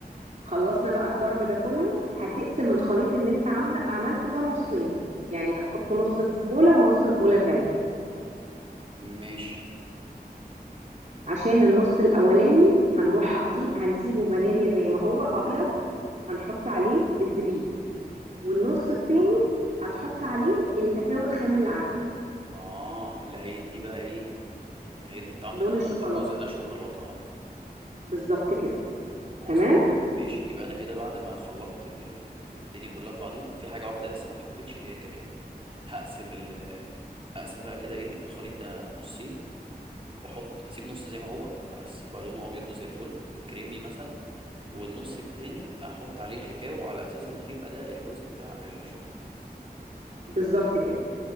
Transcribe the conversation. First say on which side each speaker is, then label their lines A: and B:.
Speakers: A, on the right; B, on the right.
A: خلصنا بقى الضرب ده كله هتقسم الخليط اللي انت عامله عملته ده نصين يعني هتحط نص في بولة ونص في بولة تانية
B: ماشي
A: عشان النص الاولاني هنروح حاطين هنسيبه فانيليا زي ما هو ابيض هنحط عليه الزبيب والنص التاني هتحط عليه الكاكاو الخام اللي عندك
B: اه اللي هيدي بقى ايه آه، هيدي الطعم
A: لون
B: ده
A: الشوكولاتة
B: الجزء ده شوكولاته اه
A: بالظبط كده
B: وصل
A: تمام
B: ماشي يبقى انا كده بعد ما خلطت ال... ال... ال- الدنيا كلها في بعضيها في حاجه واحده لسه ما اتحطتش اللي هي الكاكاو هقسم ال... اقسم بقى كده ايه الخليط ده نصين واحط اسيب نص زي ما هو على اساس يبقى لونه ابيض وزي الفل وكريمي مثلا والنص التاني احط عليه الكاكاو على اساس ان هيبقى ده الجزء بتاع الشوكليت
A: بالظبط كده